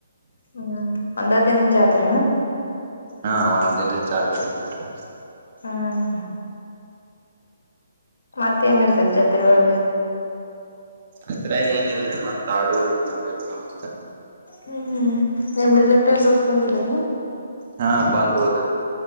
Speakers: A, on the left; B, on the right.
A: ಹ್ಮ್ ಒಂದ ದಿನ ಜಾತ್ರೆ ನ
B: ಹಾ ಒಂದ್ ದಿನದ ಚಾತ್ರಿ ನೋಡ್ರಿ
A: ಹ್ಮ್ ಮತ್ತೆ ಏನಿರ್ತದೆ ಜಾತ್ರೆ ಒಳಗೆ
B: ಅತ್ರ ಏನಿಲ್ರಿ ಮತ್ತ ಆಡುವುದು ಮಂದಿರ್ತ ಅವಸ್ೆ
A: ಹ್ಮ್ ನಿಮ್ ರಿಲೇಟಿವ್ಸ್ ಅಸ ಬಂದಿದೀರಲ್ಲ
B: ಹಾ ಬಂದು ಹೋದ್ರೀ